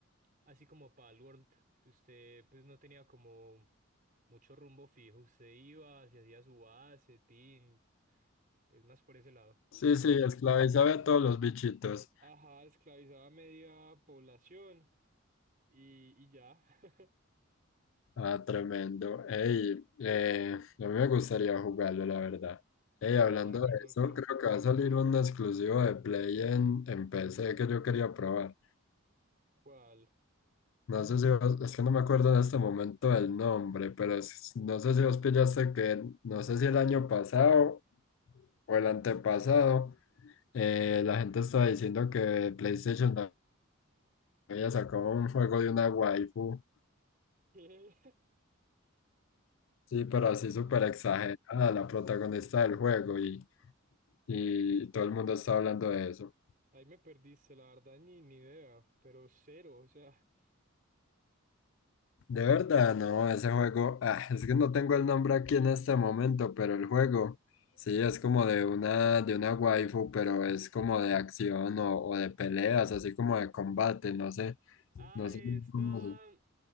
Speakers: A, on the right; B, on the left.
A: así como Palworld, que usted pues no tenía como mucho rumbo fijo, usted iba, se hacía su base, tin, es más por ese lado.
B: Sí, sí, esclavizaba a todos los bichitos.
A: Ajá, esclavizaba a media población y, y ya. <laughs>
B: Ah, tremendo. Ey, eh, a mí me gustaría jugarlo, la verdad. Ey,
A: El
B: hablando
A: arco, el
B: de
A: Monster
B: eso,
A: Hunter.
B: creo que va a salir un exclusivo de Play en, en PC que yo quería probar.
A: ¿Cuál?
B: No sé si vos, es que no me acuerdo en este momento del nombre, pero es- no sé si vos pillaste que, no sé si el año pasado o el antepasado Eh, la gente está diciendo que PlayStation no había sacado un juego de una waifu,
A: ¿Qué? <laughs>
B: sí, pero
A: No,
B: así
A: mano,
B: súper exagerada, la protagonista del juego, y, y todo el mundo está hablando de eso.
A: ahí me perdiste, la verdad, ni, ni idea, pero cero, o sea.
B: De verdad, no, ese juego, ah, es que no tengo el nombre aquí en este momento, pero el juego, sí, es como de una, de una waifu, pero es como de acción o, o de peleas, así como de combate, no sé,
A: Ah,
B: no
A: de
B: sé
A: esta
B: cómo se